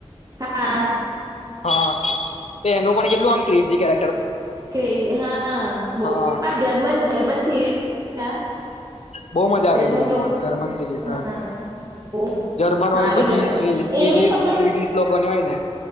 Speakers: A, on the right; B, on the left.
A: હા
B: હા તો એનું પણ કેટલુ ક્રેઝી કરે
A: ક હા બહ
B: હા
A: પણ જર્મન જર્મન સિરય
B: બહુ મજા
A: જર્મન
B: આવે એ બધી જોવાની જર્મન સિરીઝ
A: હા બહ
B: જર્મન
A: સારી
B: હોય પછી
A: બનાય છે,
B: સ્વીડિશ
A: એવી પણ
B: સ્વીડિશ લોકોની હોય ને